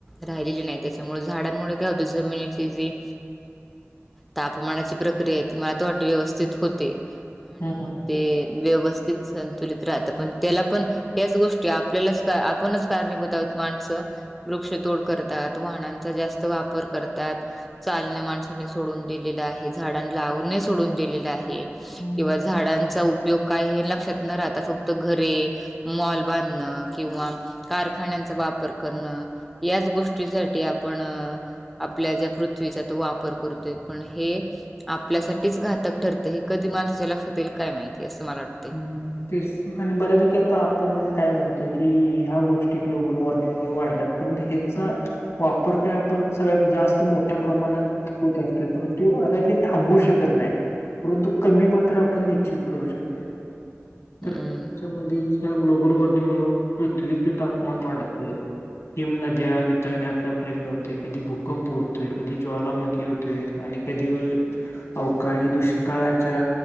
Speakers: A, in the centre; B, on the left (about 75°).
A: राहिलेली नाही, त्याच्यामुळे झाडांमुळे काय होतं जमिनीची जी तापमानाची प्रक्रिया ते मला तर वाट व्यवस्थित होते. आणि
B: हम्म
A: मग.
B: हम्म
A: ते व्यवस्थित संतुलित राहतं पण त्याला पण ह्याच गोष्टी आपल्यालाच आपणच कारणीभूत आहोत माणसं, वृक्षतोड करतात, वाहनांचा जास्त वापर करतात. चालण्या माणसाने सोडून दिलेलं आहे झाडां लावणे सोडून दिलेलं आहे.
B: तेच.
A: किंवा झाडांचा उपयोग काय हे लक्षात न राहता फक्त घरे. मॉल बांधणं किंवा कारखान्यांचा वापर करणं. याच गोष्टीसाठी आपण आपल्या ज्या पृथ्वीचा तो वापर करतोय पण हे आपल्यासाठीच घातक ठरतें हे कधी म त्याच्या लक्षात येईल काय माहिती असं मला वाटतं.
B: हम्म तेच आणि बऱ्यापैकी आता आपण काय म्हणतोय की ह्या गोष्टी ग्लोबल वॉर्मिंगमुळे वाढल्यात. परंतु ह्याचा वापर काय आपण सगळ्यात जास्त मोठ्या प्रमाणात होत असतो परंतु आता ते थांबू शकत नाही परंतु कमी मात्रा आपण निश्चित करू शकतोय.
A: हम्म
B: तर त्याच्यामध्येस हा ग्लोबल वॉर्मिंगमुळे पृथ्वीचे तापमान वाढते. हिम नद्या वितरण्याचा प्रयत्न होतोय कधी भूकंप होतोय कधी ज्वालामुखी होत तोय आणि कधी <unintelligible> अवकाळी दुष्काळाच्या